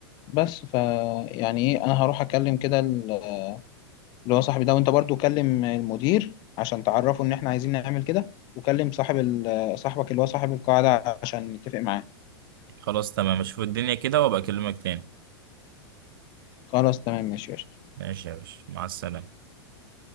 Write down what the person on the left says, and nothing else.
بس ف يعني ايه انا هروح اكلم كده ال- اللي هو صاحبي ده وانت برضو كلم المدير عشان تعرفه ان احنا عايزين نعمل كده وكلم صاحب ال... صاحبك اللي هو صاحب القاعدة عشان نتفق معاه
خلاص تمام ماشي يا قشطة.